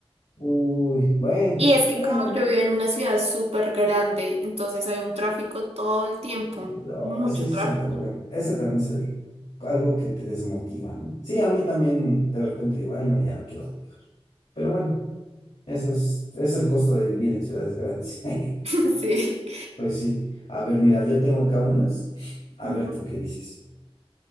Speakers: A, on the left; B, on the right.
A: uy, bueno,
B: Y es que
A: bueno,
B: como yo vivo en una ciudad súper grande, entonces hay un tráfico todo el tiempo.
A: no,
B: Mucho
A: sí, ese
B: tráfico.
A: es el problema. Ese también es el- algo que te desmotiva, ¿no? Sí, a mí también de repente digo, ay, no, ya no quiero manejar. Pero bueno. Eso es, es el costo de vivir en ciudades grandes.
B: <laughs>
A: <laughs>
B: Sí.
A: Pues sí. A ver, mira, yo tengo acá unas. A
B: Ujú.
A: ver, tú qué dices.